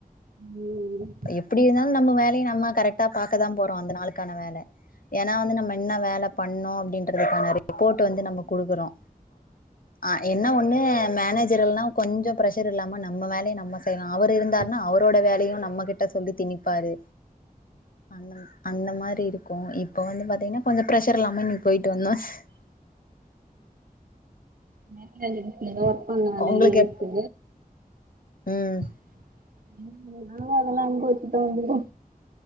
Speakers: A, on the right (about 70°); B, on the left (about 70°).
A: ம்
B: எப்டி இருந்தாலும் நம்ம வேலய நம்ம கரெக்ட்டா பாக்கதா போறோம் அந்த நாளுக்கான வேல ஏனா வந்து நம்ம என்ன வேல பண்ணோம் அப்டின்றதுக்கான ரிப்போட்டு வந்து நம்ம குடுக்கறோ ஆ என்ன ஒண்ணு மேனேஜர் இல்லனா கொஞ்சோ பிரஷர் இல்லாம நம்ம வேலய நம்ம செய்லா அவரு
A: ஃப்ரீயா
B: இருந்தார்னா அவரோட வேலையு நம்ம கிட்ட ட்ட சொல்லி தினிப்பாரு அந்த அந்த மாரி இருக்கு இப்ப வந்து பாத்தீங்கனா கொஞ்சொ ப்ஷர் இல்லாம நீ போய் <unintelligible>
A: <unintelligible> எதோ ஒர்க் பண்ணாங்க
B: உங்களுக்கு
A: நேத்து
B: எப்ப ம்
A: <inaudible> அதெல்லா அதெல்லா அங்க வெச்சுட்டு வந்துரு டா